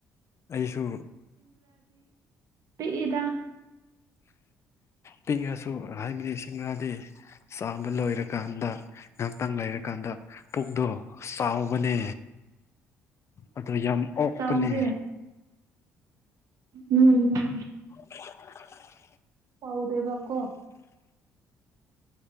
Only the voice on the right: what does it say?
ꯄꯤꯗ
ꯆꯥꯎꯗꯦ ꯎꯝ ꯎꯝ
ꯐꯥꯎꯗꯦꯕꯥ ꯀꯣ